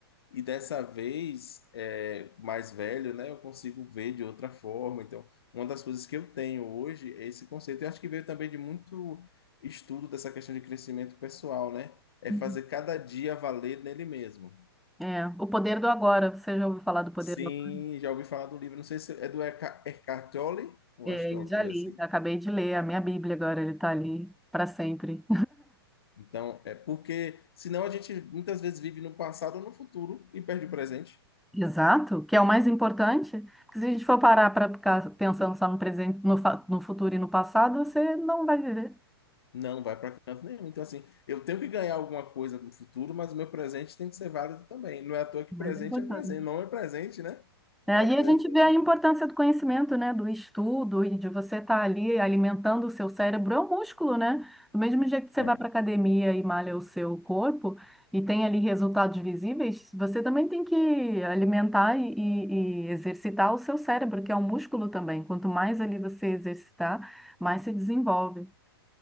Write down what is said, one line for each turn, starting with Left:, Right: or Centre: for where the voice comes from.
Left: E dessa vez, é, mais velho, né, eu consigo ver de outra forma. Então, uma das coisas que eu tenho hoje é esse conceito. Eu acho que veio também de muito estudo dessa questão de crescimento pessoal, né? É
Centre: Uhum.
Left: fazer cada dia valer nele mesmo.
Centre: É, o poder do agora. Você já ouviu falar do poder
Left: Sim,
Centre: do agora?
Left: já ouvi falar do livro, não sei se é do Erca- Eckhart Tolle, eu
Centre: É,
Left: acho que
Centre: eu
Left: o autor
Centre: já li,
Left: é assim.
Centre: acabei de ler a minha Bíblia agora, ele está ali para sempre.
Left: Então, é porque senão a gente muitas vezes vive no passado ou no futuro e perde o presente.
Centre: Exato, que é o mais importante. que Se a gente for parar para ficar pensando só no presente, no, fa- no futuro e no passado, você não vai viver.
Left: Não, vai para canto nenhum. Então, assim, eu tenho que ganhar alguma coisa no futuro, mas o meu presente tem que ser válido também. Não é à toa que
Centre: O mais
Left: presente
Centre: importante.
Left: é presente. Não é presente, né?
Centre: É,
Left: É
Centre: e
Left: presente.
Centre: a gente vê a importância do conhecimento, né, do estudo e de você estar ali alimentando o seu cérebro, é um músculo, né? Do mesmo jeito que você
Left: É,
Centre: vai para a academia e malha o seu corpo e tem ali resultados visíveis, você também tem que alimentar e, e- e exercitar o seu cérebro, que é um músculo também. Quanto mais ali você exercitar, mais se desenvolve.